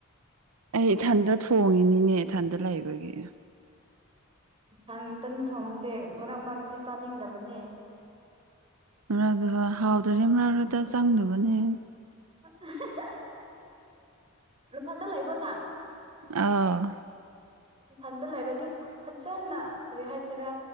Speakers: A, on the right; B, on the right.
A: ꯑꯩ ꯏꯊꯟꯇ ꯊꯣꯡꯉꯤꯅꯤꯅꯦ ꯏꯊꯟꯇ ꯂꯩꯕꯒꯤ꯫
B: ꯏꯊꯟꯇꯅ ꯊꯣꯡꯕꯁꯦ ꯃꯔꯛ ꯃꯔꯛꯇꯗꯤ ꯆꯥꯅꯤꯡꯗꯕꯅꯦ꯫
A: ꯑꯗꯨꯒ ꯍꯥꯎꯗꯔ ꯃꯔꯥꯔꯗ ꯆꯪꯗꯕꯅꯦ꯫
B: <unintelligible> ꯅꯊꯟꯗ ꯂꯩꯕ꯭ꯔꯣ ꯅ
A: ꯑꯥꯎ
B: ꯏꯊꯟꯗ ꯂꯩꯔꯗꯤ ꯐꯖꯅ ꯀꯔꯤ ꯍꯥꯏꯁꯤꯔꯥ꯫